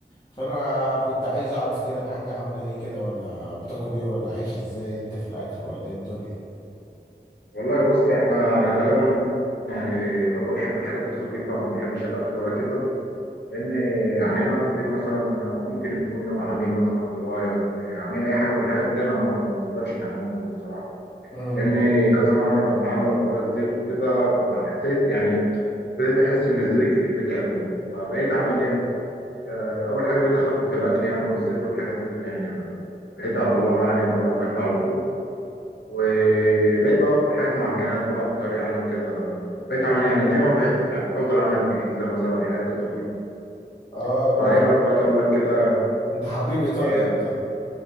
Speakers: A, on the left; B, on the left.
A: فانا كنت عايز اعرف كده الحاجة عاملة ايه كده ولا بتاكل ايه ولا عايش ازاي انت في الاكل ولا ايه الدنيا
B: والله بص احنا يعني غالبا يعني باكو بحب الحاجات الخفيفه ما بحبش اتقل ولا كده لان يعني هنا في البيت مثلا ممكن يكون يوم عاملين مثلا طبايخ عاملين اي حاجه من الحاجات دي انا ما ما بقدرش يعني اكل بصراحه
A: امم
B: لان كذا مره لما عملوا حوار الزيت وكده فحسيت يعني ابتديت احس ان الزيت الكتير بتعبني فبقيت اعمل ايه يا- اول حاجه بقيت اخفف الاكل يعني والزيت والحاجات دي يعني بقى بقيت اطلعه يعني بره الاكل على طول وبقيت بقى أطبخ حاجات معجنات بقى أكتر يعني وكده وبقيت أعمل يعني دايما بقيت يعني بفضل أعمل بيتزا مثلا الحاجات الخفيفة وكده
A: اه
B: فإيه
A: ما انا
B: رأيك دلوقتي أقول لك كده
A: انت حبيب ايطاليا
B: إيه
A: انت